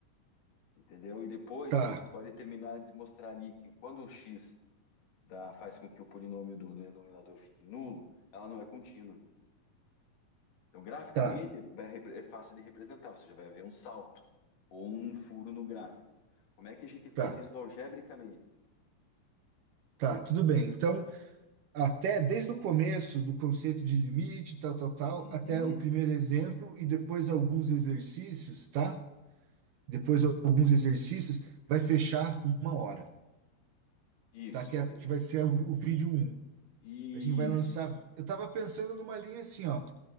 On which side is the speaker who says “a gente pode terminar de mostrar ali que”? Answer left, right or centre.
Left